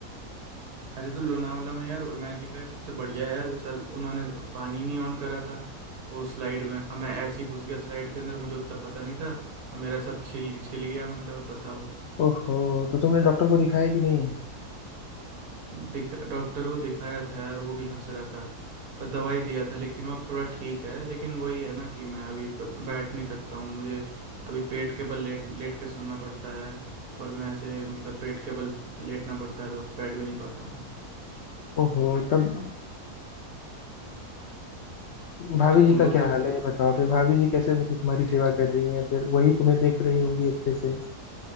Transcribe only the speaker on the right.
अरे तो लोनावला में यार इमेजिका है सबसे बढ़िया है यार वो सल उन्होंने पानी नहीं ऑन करा था वो स्लाइड में अब मैं ऐसे ही घुस गया स्लाइड के अंदर मुझे उतना पता नहीं था और मेरा सब छिल छिल गया मतलब अब बताओ
दिख डॉक्टर को दिखाया था यार वो भी हंस रहा था पर दवाई दिया था लेकिन वो अब थोड़ा ठीक है लेकिन वही है ना कि मैं अभी प- बैठ नहीं सकता हूँ मुझे अभी पेट के बल लेट लेट के सोना पड़ता है और मैं ऐसे मतलब पेट के बल लेटना पड़ता है और बैठ भी नहीं पाता हूँ
बोलो
फिर